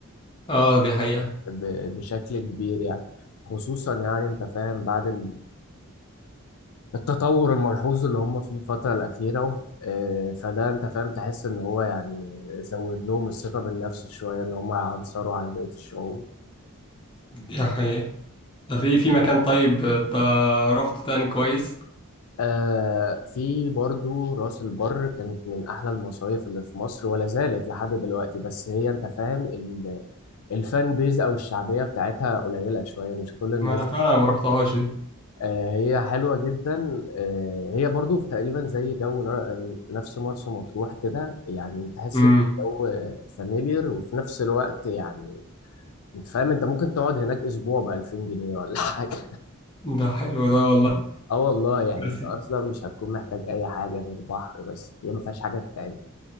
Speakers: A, on the left; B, on the left.
A: اه دي حقيقه
B: ب- بشكل كبير يعني خصوصا يعني انت فاهم بعد ال- التطور الملحوظ اللي هم فيه الفترة الأخيرة آه، فده انت فاهم تحس ان هو يعني زود لهم الثقة بالنفس شوية اللي هم يعنصروا على بقية الشعوب
A: دي حقيقه طب ايه في مكان طيب آه، تا- رحت تاني كويس
B: آه في برضو راس البر كانت من أحلى المصايف اللي في مصر ولا زالت لحد دلوقتي بس هي أنت فاهم ال- الفان بيز أو الشعبية بتاعتها قليلة شوية مش كل الناس
A: ما انا فعلا ما رحتهاش
B: آه هي حلوة جدا آه هي برضو تقريبا زي جو نر- نفس مرسى مطروح كده يعني تحس
A: دي
B: الجو فاميليار وفي نفس الوقت يعني أنت فاهم أنت ممكن تقعد هناك أسبوع بألفين جنيه ولا <laughs> حاجة
A: ده حلو ده والله
B: اه والله يعني
A: بس
B: انت اصلا مش هتكون محتاج اي حاجه غير بحر بس هي ما فيهاش حاجه تتعمل